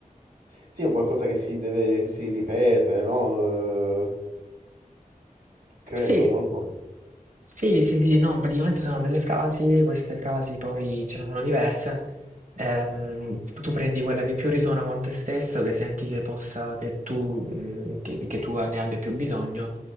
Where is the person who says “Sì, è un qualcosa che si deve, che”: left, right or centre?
Right